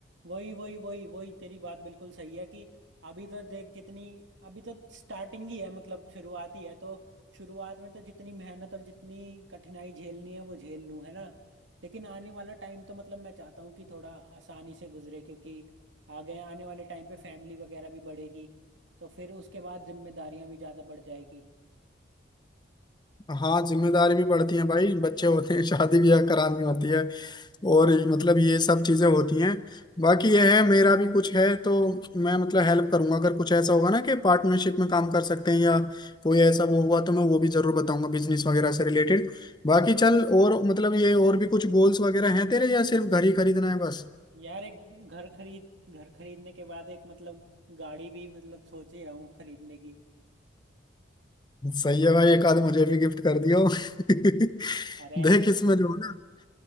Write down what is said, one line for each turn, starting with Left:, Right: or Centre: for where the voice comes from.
Right: वही वही वही वही तेरी बात बिल्कुल सही है कि अभी तो देख जितनी अभी तो स्टार्टिंग ही है मतलब शुरुआत ही है तो शुरुआत में तो जितनी मेहनत और जितनी कठिनाई झेलनी है वो झेल लूं है ना लेकिन आने वाला टाइम तो मतलब मैं चाहता हूँ कि थोड़ा आसानी से गुजरे क्योंकि आगे आने वाले टाइम पे फैमिली वगैरह भी बढ़ेगी तो फिर उसके बाद जिम्मेदारियां भी ज़्यादा बढ़ जाएगी
Left: हाँ जिम्मेदारी भी बढ़ती है भाई बच्चे होते हैं शादी ब्याह करानी होती है और ये- मतलब ये सब चीजें होती हैं बाकी यह है मेरा भी कुछ है तो मैं मतलब हेल्प करूंगा अगर कुछ ऐसा होगा ना कि पार्टनरशिप में काम कर सकते हैं या कोई ऐसा वो हुआ तो मैं वो भी जरूर बताऊंगा बिजनेस वगैरह से रिलेटेड बाकी चल और मतलब ये और भी कुछ गोल्स वगैरह हैं तेरे या सिर्फ घर ही खरीदना है बस
Right: यार एक घर खरीद घर खरीदने के बाद एक मतलब गाड़ी भी मतलब सोच ही रहा हूँ खरीदने की
Left: सही है भाई एक आध मुझे भी गिफ्ट कर दियो <laughs>
Right: अरे
Left: देख इसमें जो है ना